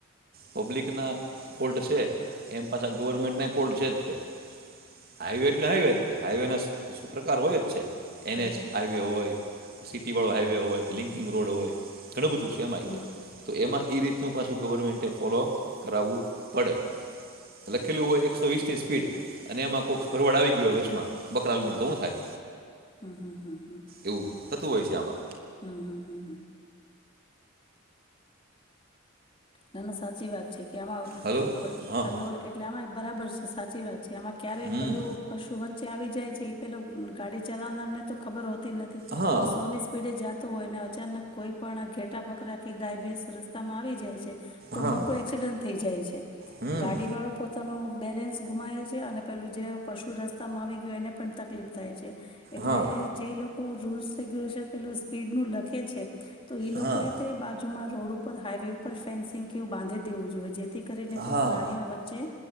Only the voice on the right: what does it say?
પબ્લિકના ફોલ્ટ છે, એમ પાછા ગવર્મેન્ટના ફોલ્ટ છે, જ તે હાઈવે એટલે હાઈવે જ તે હાઈવેના સુ પ્રકાર હોય જ છે.
એને જ આવ્યો હોય. સિટી વાળો હાઈવે હોય. લિંકિંગ રોડ હોય, ઘણું બધું સેમાં
તો એમાં એ રીતે નું પાછું ગવર્મેન્ટ ફોલોઅપ કરાવવું પડે, લખેલું હોય એકસો વીસની સ્પીડ અને એમાં કોઈક ભરવડ આવી ગય હોય વચમાં બકરા લને તો હું થાય?
એવું થતું હોય છે આમાં
હલો હા
હમ
હા
હા
હમ
હા
હા
હા